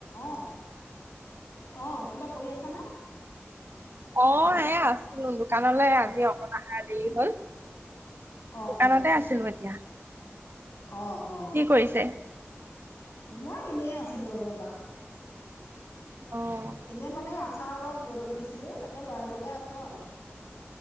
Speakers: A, on the left (about 75°); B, on the right (about 55°).
A: অ', অ', কিবা কৰি আছানে?
B: অ', এয়া আছিলো দোকানলৈ আজি অকণ অহা দেৰি হ'ল।
A: অ',
B: দোকানতে
A: হয়
B: আছিলো এতিয়া।
A: অ', অ'।
B: কি কৰিছে?
A: মই এনেই আছিলো ৰ'বা।
B: অ'।
A: এনেই মানে আচাৰ অলপ ৰ'দত দিছিলোঁ তাকে লৰাই বগাই আছোঁ আৰু।